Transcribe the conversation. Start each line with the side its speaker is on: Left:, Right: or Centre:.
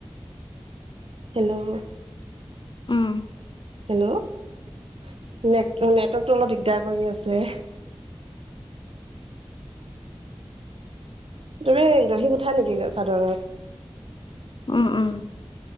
Right: হেল্ল'
Left: উ'ম।
Right: হেল্ল! ' নেট নেটৱৰ্কটো অলপ দিগদাৰ কৰি আছে। তুমি দহি গোঠা নেকি চাদৰত?
Left: উম উম।